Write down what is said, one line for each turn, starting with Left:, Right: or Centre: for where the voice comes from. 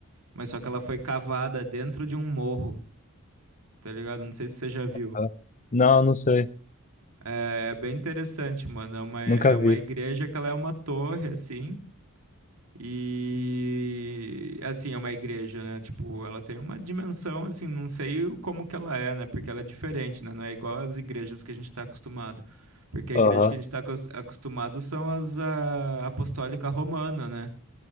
Right: mas só que ela foi cavada dentro de um morro, tá ligado? Não sei se você já viu.
Left: Aham. Não, não sei.
Right: É é bem interessante, mano. É uma, é
Left: Nunca vi.
Right: uma igreja que ela é uma torre, assim. E assim, é uma igreja, né? Tipo, ela tem uma dimensão, assim, não sei o- como que ela é, né? Porque ela é diferente, né? Não é igual às igrejas que a gente está acostumado. Porque a
Left: Aham.
Right: igreja que a gente está acostumado são as a, apostólica romana, né?